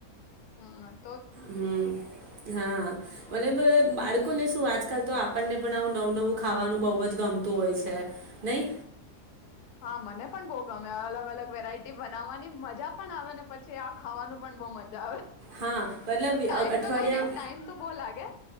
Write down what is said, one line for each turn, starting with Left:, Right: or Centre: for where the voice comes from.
Left: હમ્મ.
Right: હમ્મ હા મને પા બાળકો ને તો આજકાલ તો આપણને પણ આવું નવું નવું ખાવાનું બહ જ ગમતું હોય છે નહી.
Left: હા મને પણ બહ ગમે અલગ અલગ વેરાઈટી બનાવવાની ની મજા પણ આવે ને પછી આ ખાવાનું પણ બહુ મજા
Right: હા મતલબ
Left: ટાઈમ
Right: અ- અઠવાડિયા
Left: તો લાગે ટાઈમ તો બો લાગે.